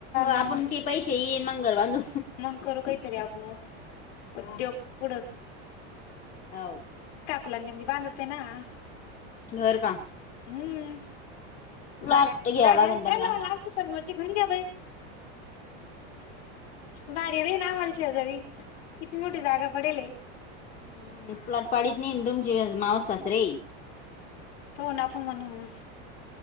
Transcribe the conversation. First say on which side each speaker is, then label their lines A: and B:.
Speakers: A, on the left (about 75°); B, on the left (about 25°).
A: मग,
B: आपण ते पैसे येईन मग घर बांधू.
A: मग करू कायतरी आपण, उद्योग पुड
B: हव,
A: <unintelligible>
B: घर का,
A: हम्म!
B: प्लॉट
A: जागा
B: घ्यावा
A: जागा
B: लागेल
A: केयला
B: त्यांना.
A: लाग तो सोरची घेऊन घ्या बाई. बारीर आहे नाम्हाला शेजारी किती मोठी जागा पडेल ये <inaudible>
B: हम्म प्लॉट पाडीत नाही तुमची मावस सासरे,
A: हो ना आपण म्हणून,